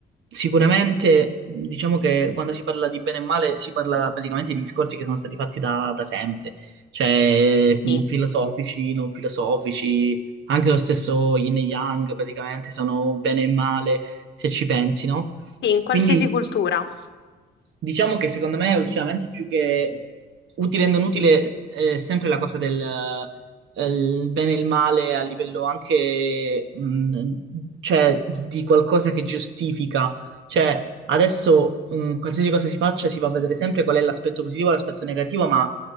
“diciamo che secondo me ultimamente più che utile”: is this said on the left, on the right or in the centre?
Right